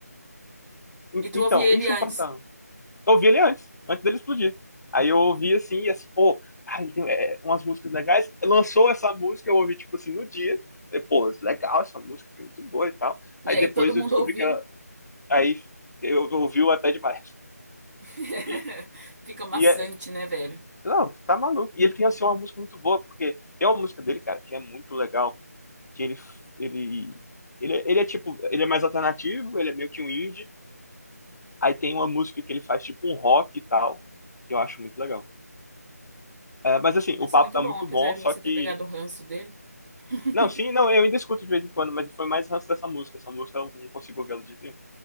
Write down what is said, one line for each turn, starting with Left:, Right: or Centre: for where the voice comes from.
Left: In-
Right: E tu
Left: então,
Right: ouvia ele
Left: insuportável.
Right: antes.
Left: Eu ouvi ele antes, antes dele explodir. Aí eu ouvi assim, e assim, pô, cara, ele tem é, umas músicas legais. Lançou essa música, eu ouvi, tipo assim, no dia. Falei, pô, legal, essa música aqui é muito boa e tal.
Right: E
Left: Aí
Right: aí
Left: depois
Right: todo mundo
Left: eu descobri
Right: ouviu.
Left: que ela. Aí eu eu ouvi o até demais.
Right: <laughs>
Left: E,
Right: Fica maçante,
Left: e é-
Right: né, velho?
Left: Não, tu tá maluco. E ele tem, assim, uma música muito boa, porque tem uma música dele, cara, que é muito legal, que ele, ele, ele, é, ele é tipo, ele é mais alternativo, ele é meio que um indie, aí tem uma música que ele faz tipo um rock e tal, que eu acho muito legal. É, mas assim,
Right: Deve
Left: o papo
Right: ser muito
Left: tá
Right: bom,
Left: muito
Right: apesar
Left: bom,
Right: de
Left: só
Right: você
Left: que...
Right: ter pegado o ranço dele. <laughs>
Left: Não, sim, não, eu ainda escuto de vez em quando, mas foi mais ranço dessa música, essa música eu não consigo ouvi-la de nenhum.